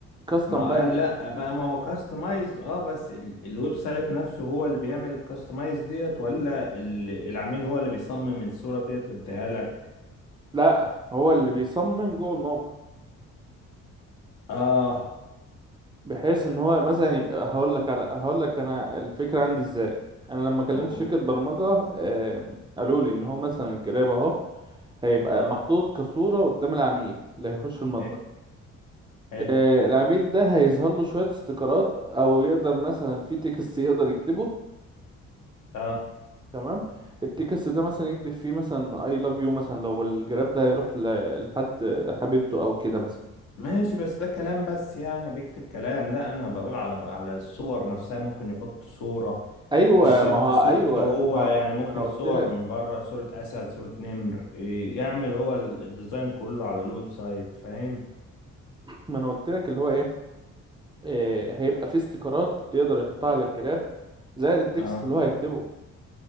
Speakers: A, on the right; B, on the left.
A: كاستم
B: ما
A: بقى ال-
B: انا لا ما ما هو كاستمايز اه بس ال- الويب سايت نفسه هو اللي بيعمل الكاستمايز ديت ولا ال- العميل هو اللي بيصمم الصورة ديت ويديها لك
A: لا هو اللي بيصمم جوه الموقع
B: اه
A: بحيث ان هو مثلا يبقى هقول لك على هقول لك انا الفكره عندي ازاي انا لما كلمت
B: اوه
A: شركه برمجه آم، قالوا لي ان هو مثلا الجراب اهو هيبقى
B: اه
A: محطوط كصوره قدام العميل اللي هيخش المتجر
B: حلو حلو
A: آه، العميل ده هيظهر له شويه استيكرات او يقدر مثلا في تكست يقدر يكتبه
B: اه
A: تمام التكست ده مثلا يكتب فيه مثلا I love you مثلا لو الجراب ده هيروح ل- لحد حبيبته او كده مثلا
B: ماشي بس ده كلام بس يعني بيكتب كلام لا انا بقول على على الصور نفسها ممكن يحط صورة
A: ايوه
B: مش شرط
A: ما هو
B: صورته
A: ايوه
B: هو
A: ما
B: يعني ممكن
A: ما انا قلت
B: صور
A: لك
B: من بره صورة اسد صورة نمر إيه، يعمل هو ال- الديزاين كله على الويب سايت فاهم
A: ما انا قلت لك اللي هو ايه إيه، هيبقى فيه استيكرات يقدر يحطها على الجراب زائد التكست
B: اه
A: اللي هو هيكتبه